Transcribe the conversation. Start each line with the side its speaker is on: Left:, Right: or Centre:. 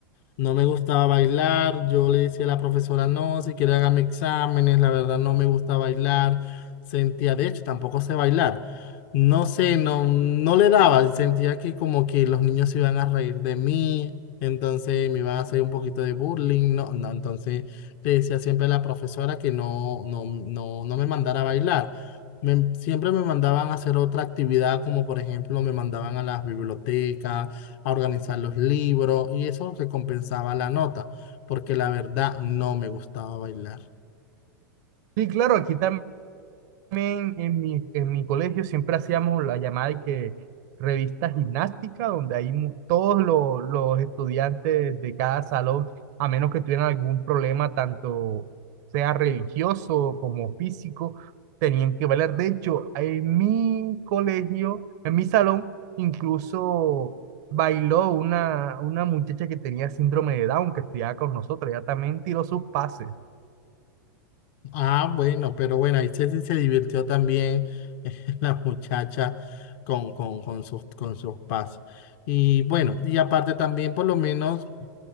Left: No me gustaba bailar, yo le decía a la profesora, no, si quiere hágame exámenes, la verdad no me gusta bailar, sentía, de hecho, tampoco sé bailar, no sé, no, no le daba, y sentía que como que los niños se iban a reír de mí, entonces me iban a hacer un poquito de bullying, no, no, entonces le decía siempre a la profesora que no, no, no, no me mandara a bailar. Me- siempre me mandaban a hacer otra actividad, como por ejemplo me mandaban a las bibliotecas a organizar los libros y eso recompensaba la nota, porque la verdad no me gustaba bailar.
Right: Sí, claro, aquí también. también en mi, en mi colegio siempre hacíamos la llamada de que revista gimnástica, donde ahí mu- todos los, los estudiantes de cada salón, a menos que tuvieran algún problema, tanto sea religioso como físico, tenían que valer. De hecho, en mi colegio, en mi salón, incluso bailó una, una muchacha que tenía síndrome de Down, que estudiaba con nosotros, ella también tiró sus pases.
Left: Ah, bueno, pero bueno, ahí Ceci se divirtió también <laughs> la muchacha con, con, con sus, con sus pasos. Y bueno, y aparte también por lo menos